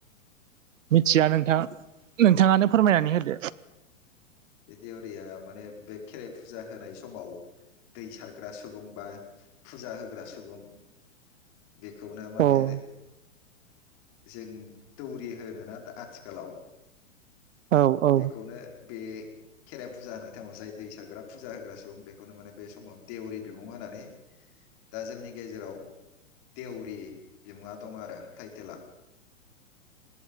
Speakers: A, on the right; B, on the left.
A: मिथिया नोंथां नोंथाङानो फोरमायनानै होदो
B: बे देवरिया माने बे खेराइ फुजा होनाय समाव दै सारग्रा सुबुं बा फुजा होग्रा सुबुं बेखौनो माने
A: औ
B: जों दौरि होनोना आथिखालाव
A: औ औ
B: बेखौनो बे खेराइ फुजा होनाय टाइमाव जाय दै सारग्रा फुजा होग्रा सुबुं बेखौनो मानो बे समाव देउरि बिमुं होनानै दा जोंनि गेजेराव देवरि बिमुङा दं आरो टाइटेला